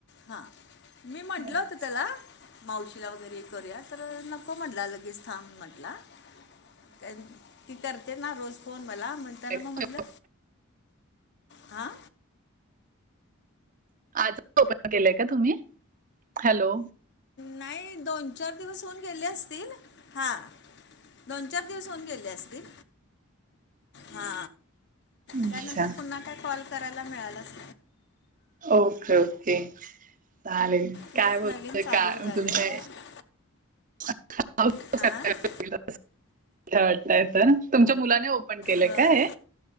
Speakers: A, on the left (about 55°); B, on the right (about 40°).
A: हा. मी म्हंटलं
B: अच्छा
A: होतं त्याला मावशीला वगैरे करूया, तर नको म्हटला लगेच थांब म्हटला. <unintelligible> ती करते ना रोज फोन मला म्हणताना
B: अच्छा,
A: मग म्हटलं हा
B: आज ओपन केलंय का तुम्ही? हॅलो!
A: नाही दोन चार दिवस होऊन गेले असतील. हा. दोन चार दिवस होऊन गेले. असतील. हा.
B: अच्छा
A: त्यानंतर हा पुन्हा काय कॉल करायला मिळालं अस
B: ओके ओके चालेल.
A: हेच
B: काय बोल
A: नवीन चालू
B: काय
A: झालं
B: तुमच्या
A: आहे
B: <inaudible>
A: अ
B: <unintelligible> तुमच्या मुलाने केलंय
A: बर.
B: का हे